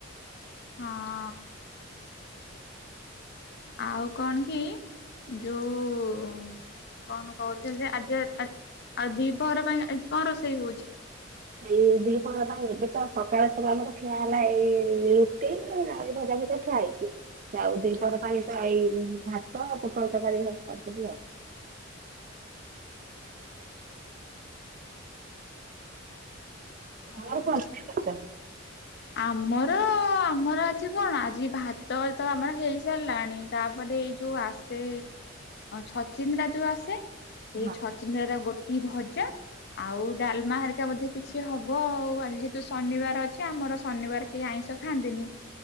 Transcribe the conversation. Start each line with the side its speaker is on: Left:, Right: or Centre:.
Left: ହଁ। ଆଉ କଣ କି ଯୋଉ କଣ କହୁଥିଲି ଜେ ଆଜି ଆ ଦିପହର ପାଇଁ ଆଜି ଦିପହର ପାଇଁ ଆଜି କଣ ରୋଷେଇ ହଉଚି?
Right: ସେଇ ଦି ପହର ପାଇଁ ଏବେ ତ ସକାଳେ ସବୁ ଆମର ଖିଆ ହେଲା ଏଇ ରୁଟି ଏଇ ଯାହା ହେଲେ ଭଜା ଫାଜା ଖିଆ ହେଇଚି ଆଉ ଦି ପଅର ପାଇଁ ତ ଏଇ ଭାତ ଆଉ ପୋଟଳ ତରକାରୀ ସବ କରିଦେବି ଆଉ। <unintelligible>
Left: ହଉ ଆମର ଆମର ଅଛି କଣ ଆଜି ଭାତ ତ ଆମର ହେଇ ସାରିଲାଣି। ତାପରେ ଏଇ ଯୋଉ ଆସେ ଛଚିନ୍ଦ୍ରା ଯୋଉ ଆସେ। ସେଇ
Right: ହଁ ହଁ।
Left: ଛଚିନ୍ଦ୍ରା ଗୋଟି ଭଜା। ଆଉ ଡାଲମା ହାରିକା ବୋଧେ କିଛି ହବ ଆଉ ଆଜି ତ ଶନିବାର ଅଛି ଆମର ଶନିବାର କେହି ଆଇଁଷ ଖାଆନ୍ତିନି